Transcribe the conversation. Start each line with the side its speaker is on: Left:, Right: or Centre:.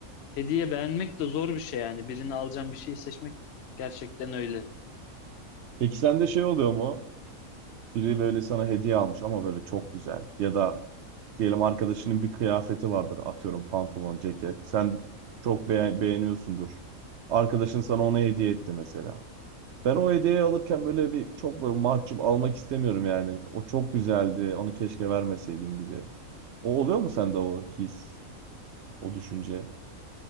Left: hediye beğenmek de zor bir şey yani. Birini alacağım bir şeyi seçmek gerçekten öyle.
Right: Peki sende şey oluyor mu? Biri böyle sana hediye almış ama böyle çok güzel. Ya da diyelim arkadaşının bir kıyafeti vardır atıyorum pantolon, ceket. Sen çok beğen- beğeniyorsundur. Arkadaşın sana onu hediye etti mesela. Ben o hediyeyi alırken böyle bir çok böyle mahcup almak istemiyorum yani. O çok güzeldi, onu keşke vermeseydin gibi. O oluyor mu sende o his, o düşünce?